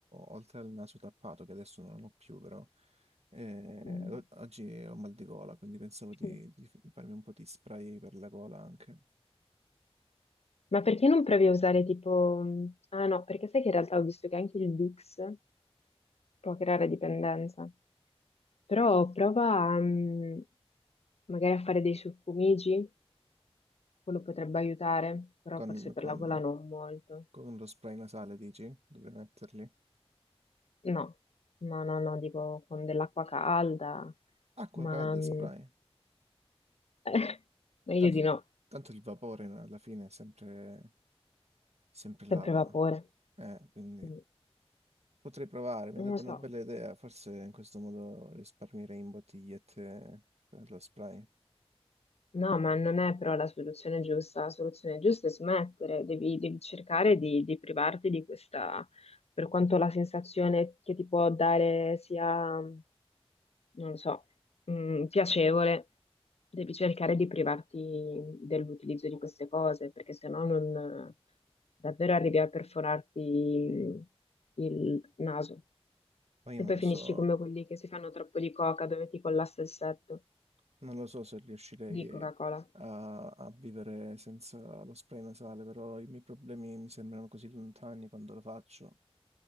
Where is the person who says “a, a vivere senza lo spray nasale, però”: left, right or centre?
Right